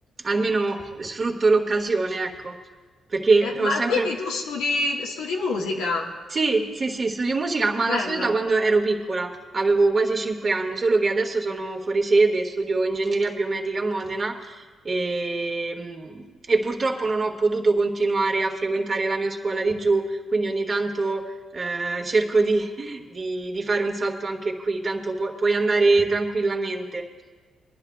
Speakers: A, on the right; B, on the left.
A: almeno sfrutto l'occasione, ecco, perché
B: Eh,
A: ho
B: ma
A: sempre...
B: quindi tu studi, studi musica?
A: Sì, sì, sì, studio musica, ma
B: Bello.
A: la studio da quando ero piccola, avevo quasi 5 anni, solo che adesso sono fuori sede, studio ingegneria biomedica a Modena e, mm, e purtroppo non ho potuto continuare a frequentare la mia scuola di giù, quindi ogni tanto eh, cerco di, <laughs> di- di fare un salto anche qui, tanto pu- puoi andare tranquillamente.